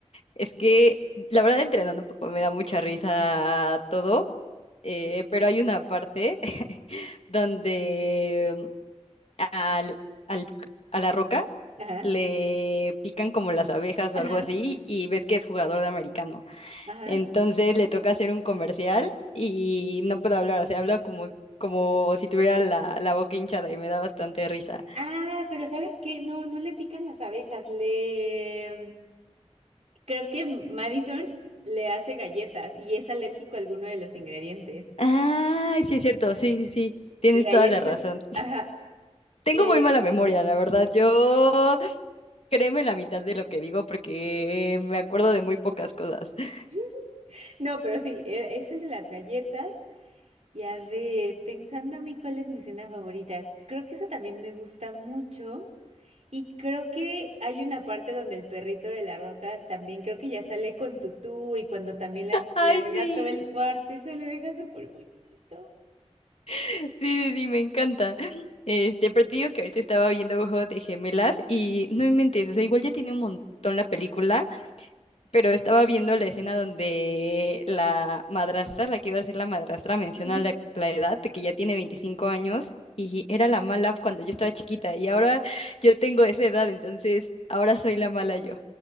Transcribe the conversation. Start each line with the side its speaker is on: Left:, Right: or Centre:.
Left: Es que la verdad entrenando un poco me da mucha risa todo, eh, pero hay una parte <laughs> donde mm, al, al- a la roca
Right: Ajá,
Left: le pican como las abejas
Right: ajá.
Left: o algo así y ves que es jugador de americano.
Right: ajá.
Left: Entonces le toca hacer un comercial y no puede hablar, o sea, habla como, como si tuviera la, la boca hinchada y me da bastante risa.
Right: Ah, pero ¿sabes qué? No, no le pican las abejas, le... Creo que Madison le hace galletas y es alérgico a alguno de los ingredientes.
Left: Ah, sí es cierto, sí, sí, sí, tienes
Right: Y ahí
Left: toda
Right: es...
Left: la razón.
Right: lo- Ajá,
Left: Tengo
Right: y ahí
Left: muy mala
Right: es-
Left: memoria, la verdad. Yo créeme la mitad de lo que digo porque me acuerdo de muy pocas cosas. <laughs>
Right: <laughs> No, pero sí, e- es el de las galletas. Y a ver, pensando a mí cuál es mi cena favorita, creo que eso también me gusta mucho. Y creo que hay una parte donde el perrito de la roca también creo que ya sale con tutú y cuando también le,
Left: Ay,
Right: le arregla
Left: sí,
Right: todo el cuarto, él se lo deja súper bonito.
Left: sí, sí, sí, me encanta. Este, pero te digo que ahorita estaba viendo Ojo de Gemelas y no inventes, o sea, igual ya tiene un montón la película, pero estaba viendo la escena donde la madrastra, la que iba a ser la madrastra, menciona
Right: Ujú.
Left: la, la edad de que ya tiene 25 años y era la mala cuando yo estaba chiquita y ahora yo tengo esa edad, entonces ahora soy la mala yo.